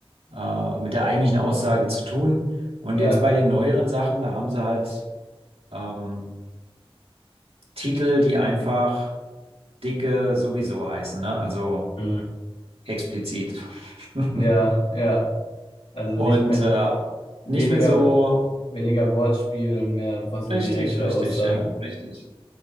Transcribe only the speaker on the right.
äh, mit der eigentlichen Aussage zu tun. Und
jetzt bei den neueren Sachen, da haben sie halt ähm, Titel, die einfach dicke sowieso heißen, ne? Also
explizit. <laughs>
Und
äh,
nicht mehr so
richtig,
richtig,
ja, richtig.